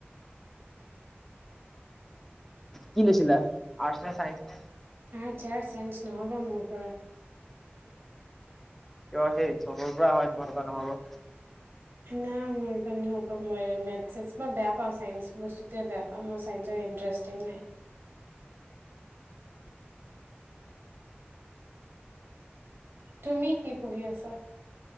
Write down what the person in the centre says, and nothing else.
কি লৈছিলা আৰ্ট নে চাইঞ্চ
কিয় সেই চবৰ পৰা হয় তোমালোকাৰ নহব